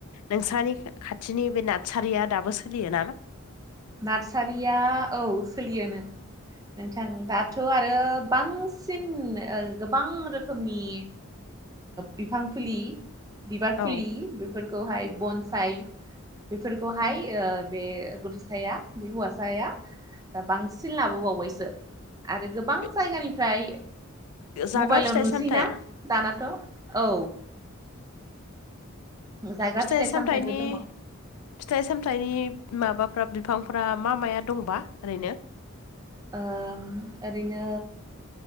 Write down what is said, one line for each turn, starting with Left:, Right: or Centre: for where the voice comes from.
Left: नोंसानि खाथिनि बे नादसारिया दाबो सोलियो ना
Right: नार्सारिया औ सोलियो नों नोंथां दाथ' आरो बांसिन गोबां रोखोमनि बिफां फुलि, बिबार
Left: औ
Right: फुलि फोरखौहाय बनसाय बेफोरखौहाय ओ बे गथ' साया हौवासाया ओ बांसिन लाबोबावबायसो। आरो गोबां
Left: बे
Right: जायगानिफ्राय
Left: जाग्रा
Right: मबाइलाव
Left: फिथाइ
Right: नुसैना।
Left: सामथाइ
Right: दानाथ' औ। जाग्रा
Left: फिथाइ सामथायाइनि।
Right: सामथाइबो दङ
Left: फिथाइ-सामथाइनि माबाफ्रा बिफांफ्रा मा माया दंबा ओरैनो?
Right: ओ ओरैनो